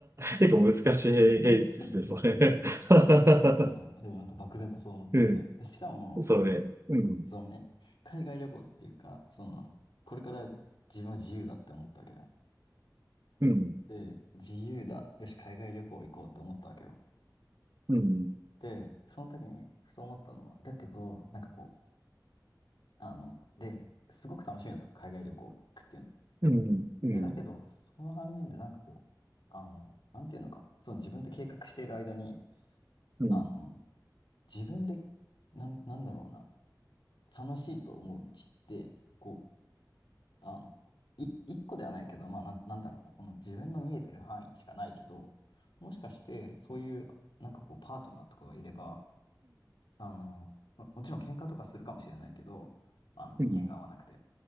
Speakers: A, on the right; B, on the left.
A: 結構難しい平率ですね、
B: <laughs> そうそうそうそ
A: それ。
B: <laughs> う
A: <laughs>
B: まあ、でもなんか漠然とそう思って。
A: う
B: で、しかも、
A: ん、それねうん、
B: そのね、海外旅行っていうか、その、これから自分は自由だって思ったわけじゃん。
A: うん、
B: で、自由だ。よし、海外旅行行こうって思ったわけよ。
A: うん、
B: で、その時に、ふと思ったのは、だけど、なんかこう、あの、で、すごく楽しみだったの海外旅行行くっていうの。
A: うん、うん、
B: で、だけど、その反面でなんかこう、あの、なんていうのかな、その自分で計画している間に、
A: うん、
B: あの、
A: うん、
B: 自分で、なん、なんだろうな、楽しいと思う道って、こう、あの、い、一個ではないけど、まあ、なん、なんだろうな、この自分の見えてる範囲しかないけど、もしかして、そういう、なんかこう、パートナーとかがいれば、あの、ももちろん喧嘩とかするかもしれないけど、あの、
A: うん、
B: 意見が合わなくて。